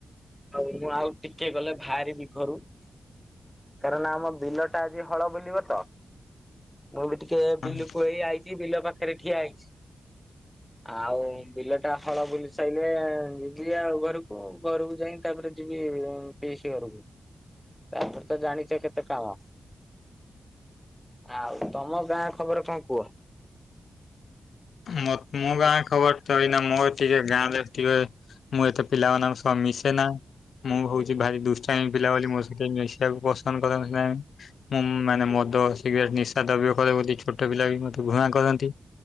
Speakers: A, in the centre; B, on the left.
A: ଆଉ ମୁଁ ଆଉ ଟିକେ ଗଲେ ବାହାରିବି। ଘରୁ କାରଣ ଆମ ବିଲଟା ଆଜି ହଳ ବୁଲିବ ତ। ମୁଁ ବି ଟିକେ ବିଲକୁୁ
B: ହଁ
A: ଏଇ ଆଇଚି। ବିଲ ପାଖରେ ଠିଆ ହେଇଛି। ଆଉ
B: ହଁ
A: ବିଲଟା ହଳ ବୁଲି ସାଇଲେ ଯିବି ଆଉ ଘରକୁ ଘରକୁ ଯାଇ ତାପରେ ଯିବି ପଇସି ଘରକୁ। ତାପରେ ତ ଜାଣିଚ କେତେ କାାମ। ଆଉ ତୋମ ଗାଁ ଖବର କଣ କୁହ?
B: ମୋ ମୋ ଗାଁ ଖବର ତ ଏଇ ନା ମୋର ଟିକେ ଗାଁରେ ଟିକେ ମୁଁ ଏତେ ପିଲାମାନଙ୍କ ସହ ମିଶିନା। ମୁଁ ହଉଛି ଭାରି ଦୁଷ୍ଟାମି ପିଲା ବୋଲି ମୋ ସହିତ ମିଶ ତାକୁ ପସନ୍ଦ କରନ୍ତି ନାହିଁ। ମୁଁ ମାନେ ମଦ ସିଗରେଟ୍ ନିଶା ଦ୍ରବ୍ୟ କରେ ବୋଲି ଛୋଟ ପିଲା ବି ମୋତେ ଘୂଣା କରନ୍ତି।